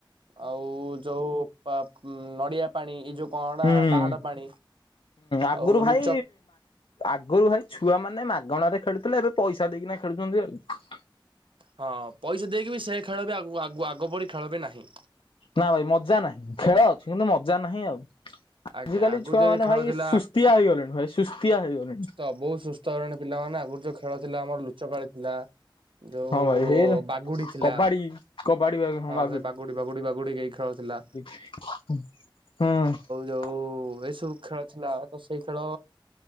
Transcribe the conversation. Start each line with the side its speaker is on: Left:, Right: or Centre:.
Right: ଆଉ ଯୋଉ ପା-ଉଁ, ନଡ଼ିଆ ପାଣି ଏଇ ଯୋଉ କଣ ଏଇଟା
Left: ହୁଁ
Right: ପାହାଡ ପାଣି
Left: ଆଗରୁ
Right: ଆଉ
Left: ଭାଇ
Right: ଲୁ
Left: ଆଗରୁ ଭାଇ ଛୁଆମାନେ ମାଗଣାରେ ଖେଳୁଥିଲେ। ଏବେ ପଇସା ଦେଇକିନା ଖେଳୁଛନ୍ତି ଆଉ।
Right: ହଁ ପଇସା ଦେଇକି ବି ସେ ଖେଳ ବି ଆଗୁ ଆଗୁ ଆଗ ଭଳି ଖେଳ ବି ନାହିଁ।
Left: ନା ଭାଇ ମଜା ନାହିଁ ଖେଳ ଅଛି କିନ୍ତୁ ମଜା ନାହିଁ ଆଉ।
Right: ଆଜ୍ଞା
Left: ଆଜିକାଲି
Right: ଆଗରୁ
Left: ଛୁଆମାନେ
Right: ଯେମିତି ଖେଳ
Left: ଭାଇ
Right: ଥିଲା
Left: ସୁସ୍ତିଆ ହେଇଗଲେଣି, ଭାଇ ସୁସ୍ତିଆ ହେଇଗଲେଣି।
Right: ସବୁ ସୁସ୍ ତ ହେଲେଣି ପିଲାମାନେ ଆଗରୁ ଯୋଉ ଖେଳ ଥିଲା ଆମର ଲୁଚକାଳି ଥିଲା। ଯୋଉ
Left: ହଁ ଭାଇ ହେ
Right: ବାଗୁଡି ଥିଲା,
Left: କବାଡି କବାଡି ବା
Right: ହଁ
Left: ବାଗୁ
Right: ସେ ବାଗ ଗୁଡ଼ି ବାଗୁଡ଼ି ବାଗୁଡ଼ିି କେଇ ଖେଳଥିଲା।
Left: ହୁଁ।
Right: ଯୋଉ ଏ ସବୁ ଖେଳ ଥିଲା ତ ସେଇ ଖେଳ